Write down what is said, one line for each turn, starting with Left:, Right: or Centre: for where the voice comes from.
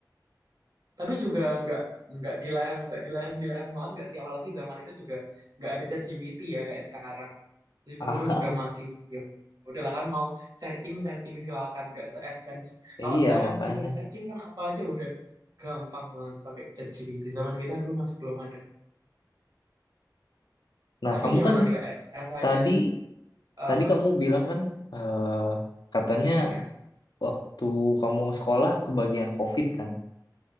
Right: tapi juga nggak nggak dilarang nggak dilarang dilarang banget nggak sih apalagi zaman itu juga nggak ada ChatGPT ya kayak sekarang jadi
Left: Ah,
Right: guru juga masih ya udahlah kan mau searching searching silakan nggak se-advance kalau
Left: iya
Right: sekarang
Left: makanya.
Right: disuruh searching kan apa aja udah gampang banget pakai ChatGPT zaman kita dulu masih belum ada
Left: Nah,
Right: tapi
Left: kamu
Right: gimana
Left: kan
Right: nih kak rasanya
Left: tadi
Right: eh
Left: tadi kamu bilang kan eh, katanya
Right: ya
Left: waktu kamu sekolah kebagian COVID kan.